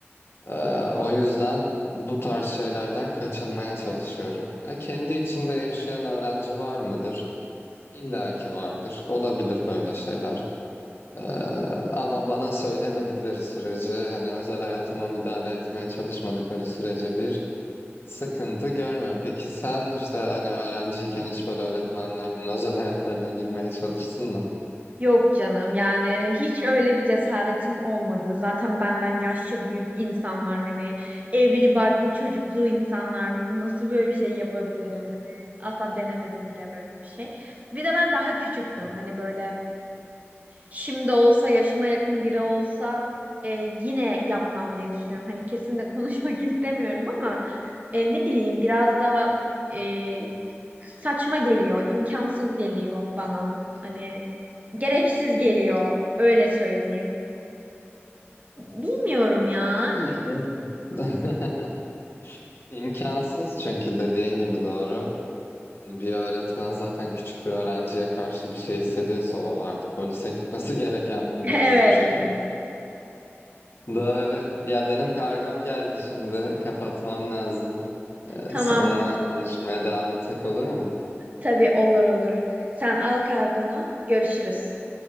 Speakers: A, on the left (about 55°); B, on the right (about 35°).
A: Ee, o yüzden bu tarz şeylerden kaçınmaya çalışıyorum. Ya kendi içinde yaşayan öğrenci var mıdır? İlla ki vardır. Olabilir böyle şeyler. Ee, ama bana söylemedikleri sürece, hani özel hayatıma müdahale etmeye çalışmadıkları sürece bir sıkıntı görmüyorum. Peki sen işte hani öğrenciyken hiç böyle öğretmenlerinin özel hayatlarına girmeye çalıştın mı?
B: Yok canım yani hiç öyle bir cesaretim olmadı. Zaten benden yaşça büyük insanlar hani evli barklı çocuklu insanlar nasıl böyle bir şey yapabilirim hani asla denemedim bile böyle bir şey. Bir de ben daha küçüktüm hani böyle şimdi olsa yaşıma yakın biri olsa e, yine yapmam diye düşünüyorum. Hani kesin de konuşmak <laughs> istemiyorum ama e, ne bileyim biraz daha e, saçma geliyor, imkansız geliyor bana. Hani gereksiz geliyor öyle söyleyeyim. Bilmiyorum ya.
A: Yani,
B: <laughs>
A: evet. <laughs> İmkansız çünkü dediğin gibi doğru. Hani bir öğretmen zaten küçük bir öğrenciye karşı bir şey hissediyorsa o artık polise gitmesi <laughs> gereken bir mevzudur.
B: Evet evet.
A: Doğru. Ya benim kargom geldi şimdi. Kapatmam lazım. Ee,
B: Tamam
A: Sonra konuşmaya devam etsek olur mu?
B: tabii olur olur. Sen al kargonu görüşürüz.